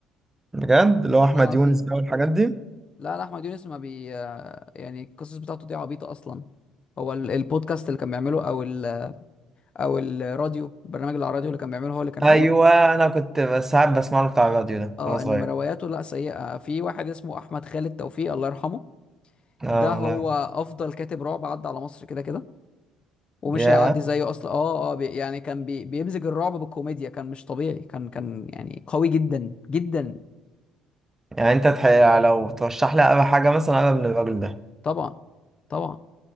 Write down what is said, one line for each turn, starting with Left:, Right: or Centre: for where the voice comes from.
Right: بجد اللي
Left: والله
Right: هو احمد
Left: العظيم
Right: يونس بقى والحاجات دي
Left: لا لا احمد يونس ما بي آه، يعني القصص بتاعته دي عبيطه اصلا هو ال- البودكاست اللي كان بيعمله او ال... او الراديو البرنامج اللي على الراديو اللي كان بيعمله هو اللي كان
Right: ايوه
Left: حلو
Right: انا كنت بس ساعات بسمع له بتاع الراديو ده
Left: اه
Right: وانا صغير
Left: انما رواياته لا سيئه في واحد اسمه احمد خالد توفيق الله يرحمه
Right: اه
Left: ده هو
Right: لا
Left: افضل كاتب رعب عدى على مصر كده كده ومش
Right: يا
Left: هيعدي زيه اصلا اه اه بي يعني كان بي بيمزج الرعب بالكوميديا كان مش طبيعي كان كان يعني قوي جدا جدا
Right: يعني انت تح... لو ترشح لي اقرا حاجه مثلا اقرا من الراجل ده
Left: طبعا طبعا